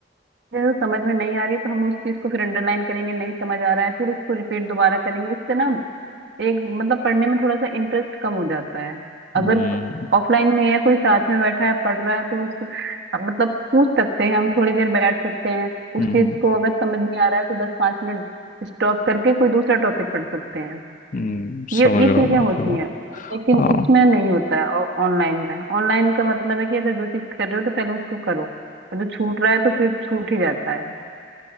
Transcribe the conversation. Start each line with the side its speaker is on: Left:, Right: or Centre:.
Right: जो समझ में नहीं आ रही तो हम उस चीज को फिर अंडरलाइन करेंगे नहीं समझ आ रहा है फिर उसको रिपीट दोबारा करेंगे इससे ना एक मतलब पढ़ने में थोड़ा सा इंटरेस्ट कम हो जाता है
Left: हम्म
Right: अगर ऑफलाइन में है कोई साथ में बैठा है पढ़ रहा है तो उस मतलब पूछ सकते हैं हम थोड़ी देर बैठ सकते हैं उस
Left: हम्म
Right: चीज
Left: हम्म,
Right: को अगर समझ नहीं आ रहा है तो दस पांच मिनट स्टॉप करके कोई दूसरा टॉपिक पढ़ सकते हैं
Left: हम्म, समझ
Right: ये ये
Left: रहा
Right: चीजें
Left: हूँ मैं
Right: होती
Left: आपकी बात
Right: हैं लेकिन
Left: हाँ
Right: उसमें नहीं होता है ऑनलाइन में ऑनलाइन का मतलब है कि अगर जो चीज कर रहे हो तो पहले उसको करो और जो छूट रहा है तो फिर छूट ही जाता है